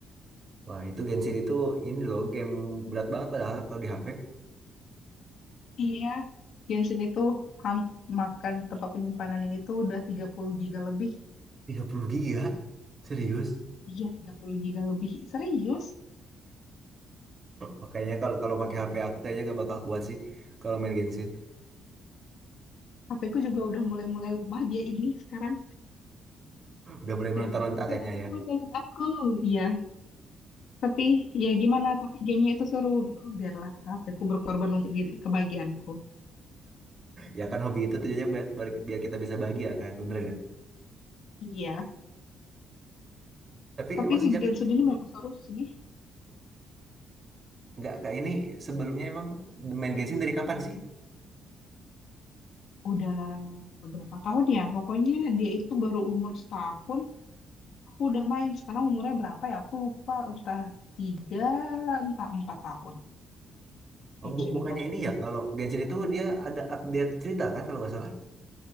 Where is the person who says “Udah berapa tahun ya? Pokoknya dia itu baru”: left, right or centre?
Left